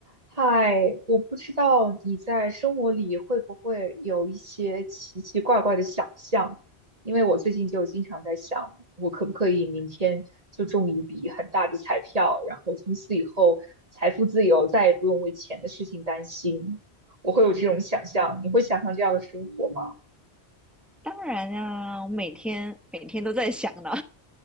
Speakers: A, on the right; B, in the centre.
A: 嗨，我不知道你在生活里会不会有一些奇奇怪怪的想象，因为我最近就经常在想，我可不可以明天就中一笔很大的彩票，然后从此以后财富自由，再也不用为钱的事情担心。我会有这种想象，你会想象这样的生活吗？
B: 当然啊，我每天每天都在想呢。